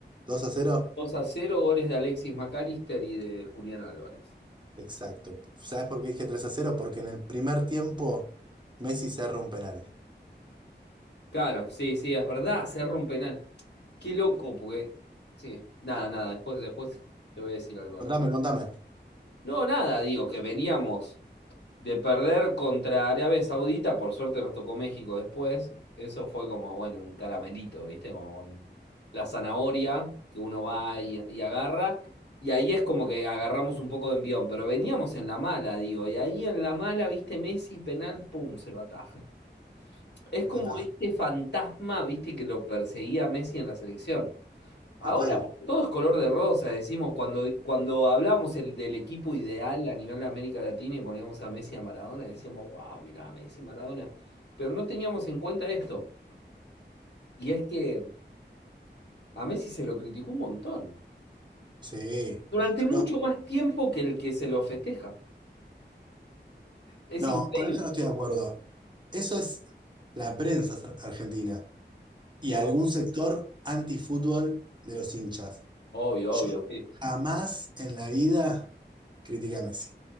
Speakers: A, on the right; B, on the left.
A: dos a cero.
B: 2 a cero goles de Alexis McAllister y de Julián Álvarez.
A: Exacto. ¿Sabes por qué dije 3 a cero? Porque en el primer tiempo Messi cerra un penal.
B: Claro, sí, sí, es verdad, cerró un penal. Qué loco, porque. Sí, nada, nada, después, después te voy a decir algo. al
A: Contame,
B: respecto.
A: contame.
B: No, nada, digo que veníamos de perder contra Arabia Saudita, por suerte nos tocó México después. Eso fue como, bueno, un caramelito, ¿viste? Como un- la zanahoria que uno va y, y agarra. Y ahí es como que agarramos un poco de envión, pero veníamos en la mala, digo. Y ahí en la mala, ¿viste? Messi, penal, pum, se lo ataja. Es
A: Te
B: como
A: la ataja.
B: este fantasma, viste, que lo perseguía a Messi en la selección. Ahora
A: Total.
B: todo es color de rosa, decimos, cuando, cuando hablamos el- del equipo ideal a nivel de América Latina y poníamos a Messi y a Maradona, decíamos, wow, mirá, Messi, Maradona. Pero no teníamos en cuenta esto. Y es que a Messi se lo criticó un montón.
A: Sí.
B: Durante mucho
A: No,
B: más tiempo que el que se lo festeja. Es
A: no,
B: increíble.
A: con eso no estoy de acuerdo. Eso es la prensa ar- argentina y
B: Igual,
A: algún sector antifútbol de los hinchas.
B: obvio,
A: Yo
B: obvio, sí.
A: jamás en la vida critiqué a Messi.